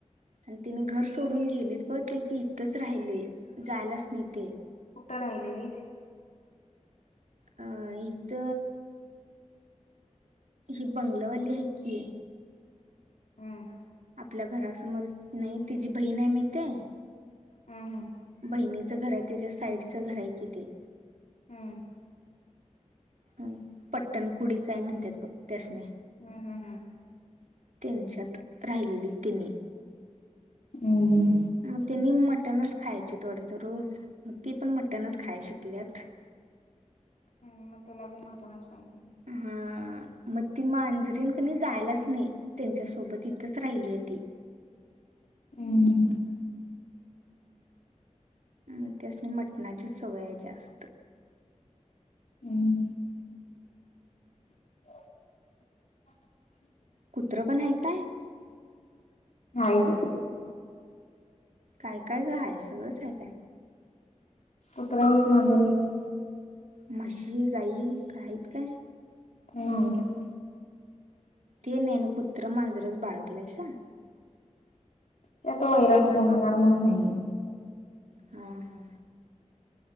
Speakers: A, on the right; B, on the left.
A: आणि तिनी घर सोडून गेलीत ब ते ती तचं राहिले जायलाच न तेे.
B: कुठं राहिलेलीत?
A: अ इथ ही बंगलंवाली आहे की
B: हम्म
A: आपल्या घरासमोर नाही तिची बहीण नाही माहितेय?
B: हम्म हम्म.
A: बहिणीचं घर आहे त्याच्या साईडचं घर आहे कि ते.
B: हम्म.
A: हम्म पट्टणकुडी काय म्हणतात बघ त्यास नी
B: हम्म हम्म हम्म.
A: त्यांच्यात राहिलेली तिने.
B: उम्म
A: मग त्यांनी मटनच खायचे थोडत रोज मग ती पण मटनच खाय शिकल्यात.
B: हम्म म त्याला बी मटणच पाहिजे.
A: हा मग ती मांजरीन क नी जायलाच नाही. त्यांच्यासोबत इथंच राहिली आहे ती.
B: हम्म.
A: हा त्यास्नी मटणाचीच सवय हाय जास्त.
B: हम्म. <unintelligible>
A: कुत्रं पण हाय काय?
B: हाय की.
A: काय काय गं आहे सगळंच आहे हाय.
B: कुत्र एक मांजर एक
A: म्हशी, गाई का आहेत काय?
B: <unintelligible>
A: ते ज्ञान कुत्रं मांजरचं बाळगल्याल्या सा
B: त्या तो ऐरण कोण आणणार म्हणून नाही.
A: हा हा.